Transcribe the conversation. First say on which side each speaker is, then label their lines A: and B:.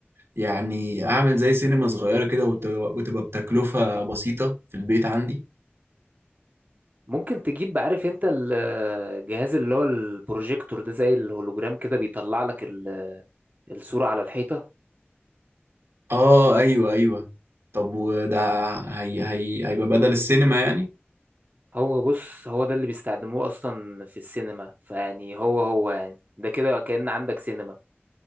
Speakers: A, on the right (about 80°); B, on the right (about 45°).
A: يعني اعمل زي سينما صغيره كده وت- وتبقى بتكلفه بسيطه في البيت عندي
B: ممكن تجيب عارف انت الجهاز اللي هو البروجيكتور ده زي الهولوجرام كده بيطلع لك ال- الصوره على الحيطه
A: اه ايوه ايوه طب وده هي هي هيبقى بدل السينما يعني
B: هو بص هو ده اللي بيستخدموه اصلا في السينما فيعني هو هو يعني ده كده كأن عندك سينما